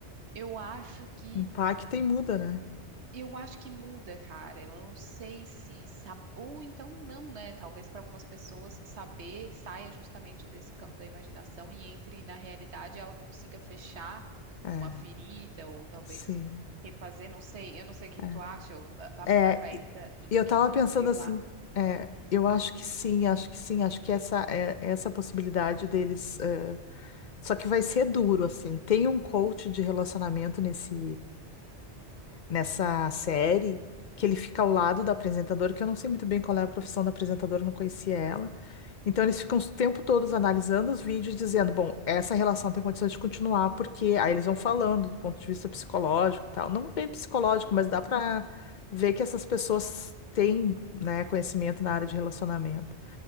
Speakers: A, on the right (about 70°); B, on the left (about 50°).
A: eu acho que
B: Impacta e muda, né?
A: eu acho que muda, cara. Eu não sei se sabe ou então não, né? Talvez para algumas pessoas saber saia justamente desse campo da imaginação e entre na realidade, ela consiga fechar
B: É, é,
A: uma ferida ou talvez
B: sim.
A: refazer, não sei. Eu não sei o que
B: É.
A: que tu acha ou, a- através
B: É, e
A: da- do, do
B: e eu
A: que
B: tava pensando
A: tu viu
B: assim,
A: lá.
B: é, eu acho que sim, acho que sim, acho que essa é essa possibilidade deles. é, só que vai ser duro, assim. Tem um coach de relacionamento nesse, nessa série que ele fica ao lado da apresentadora, que eu não sei muito bem qual é a profissão da apresentadora, não conhecia ela. Então
A: Uhum.
B: eles ficam o tempo todos analisando os vídeos, dizendo, bom, essa relação tem condições de continuar, porque aí eles vão falando do ponto de vista psicológico e tal. Não bem psicológico, mas dá para ver que essas pessoas têm, né, conhecimento na área de relacionamento.